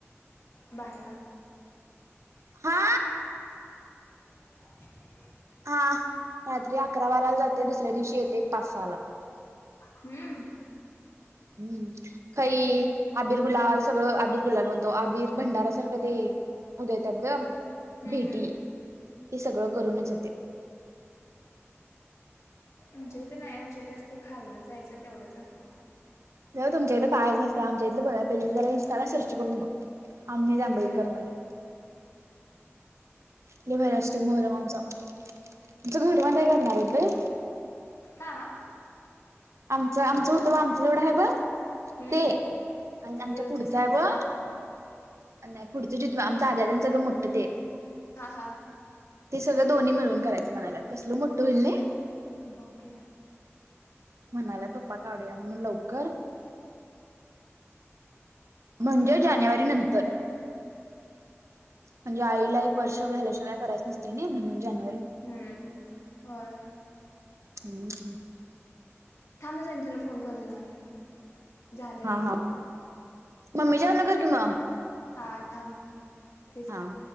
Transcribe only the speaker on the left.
बाराला
चछ
हम्म
हम्म
हम्म
म्हजे तेच ते खालणं जायचं तेवढंच असते.
हम्म
हा?
हम्म
तुमच्या
साईडचा
हा हा
बॉके
काढ
हम्म
हं, होय.
थांब सांच्याला फोन करते थांब मी. झालंय
हे
थांब
हा थांब. तेच
कर